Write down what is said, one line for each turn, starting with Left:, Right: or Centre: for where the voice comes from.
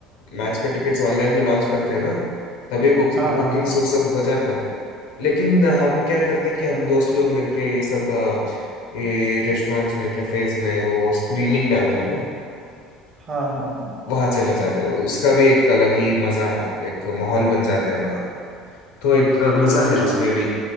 Left: मैच का टिकट्स ऑनलाइन में लॉन्च करते हैं ना तभी बुकिंग
Right: हाँ हाँ
Left: बुकिंग्स
Right: हाँ
Left: वो सब हो जाता है लेकिन हम क्या करते हैं कि हम दोस्त लोग मिलके ये सब अ, ये रेस्टोरेंट्स में कैफेज में वो स्क्रीनिंग डालते हैं ना
Right: हाँ हाँ हाँ
Left: वहाँ चले जाता है उसका भी एक अलग ही मजा है एक माहौल बन जाता है तो एक अ, मजा
Right: अच्छा
Left: है उसमें भी